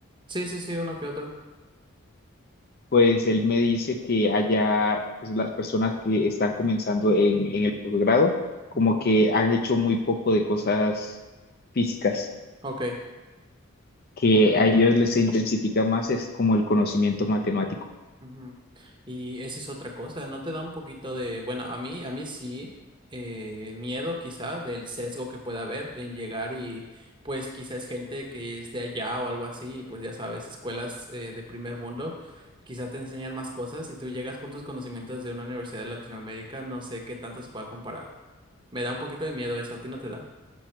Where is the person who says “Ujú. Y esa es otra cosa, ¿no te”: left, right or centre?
Right